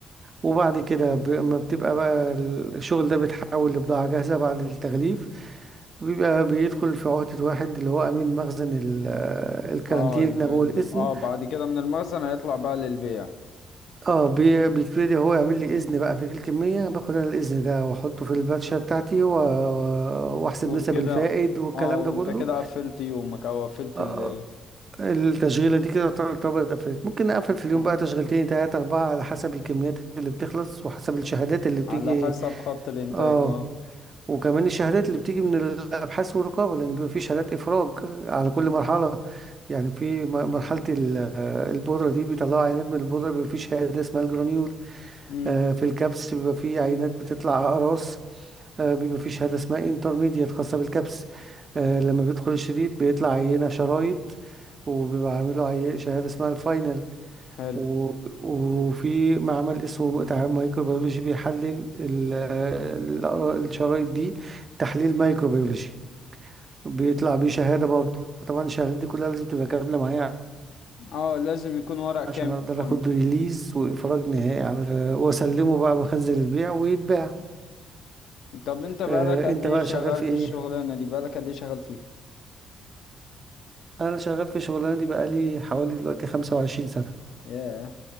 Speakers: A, on the right; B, on the left.
A: وبعد كده ب- اما بتبقى بقى الشغل ده بيتحول لبضاعه جاهزه بعد التغليف بيبقى بيدخل في عهده واحد اللي هو امين مخزن ال- آه، الكارانتينا
B: اه ال... ال...
A: جوه القسم
B: اه بعد كده من المخزن هيطلع بقى للبيع
A: اه بي- بيبتدي هو يعمل لي اذن بقى في الكميه باخد انا الاذن ده واحطه في الباتشه بتاعتي و- واحسب
B: وكده
A: نسب الفائد والكلام
B: اه وانت
A: ده كله
B: كده قفلت يومك او قفلت
A: آه،
B: ال...
A: آه، التشغيله دي كده تعتبر تعتبر اتقفلت ممكن نقفل في اليوم
B: مم.
A: بقى تشغيلتين تلاته اربعه على حسب الكميات اللي بتخلص وحسب الشهادات اللي بتيجي
B: على حسب خط الانتاج
A: اه
B: اه
A: وكمان الشهادات اللي بتيجي من الابحاث والرقابه لان بيبقى في شهادات افراج على كل مرحله يعني في م- مرحله ال- البودره دي بيطلعوا عينات من البودره بيبقى في شهاده اسمها الجرانيول
B: امم
A: آه، في الكبس بيبقى فيه عينات بتطلع أقراص آه، بيبقى فيه شهادة اسمها انترميديت خاصة بالكبس آه، لما بيدخل الشريط بيطلع عينة شرايط وبيبقى عامله عي- شهادة اسمها الفاينل
B: حلو
A: و- وفي معمل اسمه تعامل مايكروبيولوجي بيحلل ال- آه، الأقرا- الشرايط دي تحليل مايكروبيولوجي بيطلع بيه شهادة برضه فطبعا الشهادات دي كلها لازم تبقى كاملة معايا
B: اه لازم يكون ورق كامل
A: عشان اقدر
B: كله
A: اخد ريليز واخراج نهائي على واسلمه بقى مخزن البيع ويتباع
B: طب انت بقالك
A: آه،
B: قد
A: انت
B: ايه
A: بقى
B: شغال
A: شغال في
B: في
A: ايه
B: الشغلانة دي بقالك قد ايه شغال فيها
A: انا شغال في الشغلانه دي بقالي حوالي دلوقتي 25 سنه
B: ياه